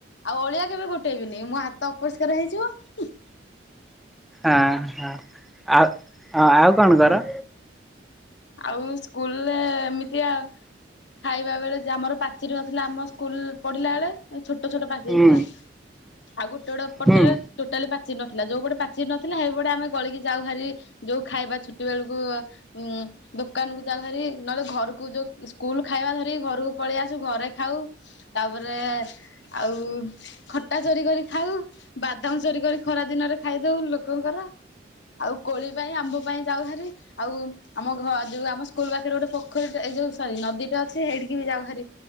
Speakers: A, on the left; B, in the centre.
A: ଆଉ ଅଳିଆ କେବେ ଗୋଟେଇବିନି । ମୋ ହା ତ ଅପରିଷ୍କାର ହେଇଯିବ ।
B: ହଁ ହଁ ଆଉ ଆଉ କଣ କର?
A: ଆଉ ସ୍କୁଲରେ ଏମି ତିଆ ଖାଇବା ବେଳେ ଯେ ଆମର ପାଚ ଚେରୀ ନ ଥିଲା ଆମ ସ୍କୁଲ ପଢିଲା ବେଳେ ଛୋଟ ଛୋଟ ପାଚେରୀ
B: ହୁଁ
A: ଥିଲା ଆଉ ଗୋଟେ ଗୋଟେ ପଟରେ
B: ହୁଁ
A: ଟୋଟାଲି ପାଚିରି ନଥିଲା ଯୋଉ ଗୋଟେ ପାଚରୀ ନ ଥିଲା ହେଇପଟେ ଆମେ ଗଳିକି ଯାଉ ହାରି ଯୋଉ ଖାଇବା ଛୁଟି ବେଳକୁ ଉ ଉଁ ଦୋକାନକୁ ଯାଉ ହେରି ନହେଲେ ଘରକୁ ଯୋଉ ସ୍କୁଲ ଖାଇବା ଧରି ଘରକୁ ପଳେଇ ଆସୁ ଘରେ ଖାଉ ତାପରେ ଆଉ ଖଟା ଚୋରି କରି ଖାଉ ବାଦାମ ଚୋରି କରି ଖରା ଦିନରେ ଖାଇଦଉ ଲୋକଙ୍କର ଆଉ କୋଳି ପାଇଁ ଆମ୍ବ ପାଇଁ ଯାଉ ହେରି ଆଉ ଆମ ଘ ଯୋଉ ଆମ ସ୍କୁଲ ପାଖରେ ଗୋଟ ପୋଖରୀ ଟେ ଏଇ ଯୋଉ ସରୀ ନଦୀଟେ ଅଛି ହେଇଠିକି ଯାଉ ହେରି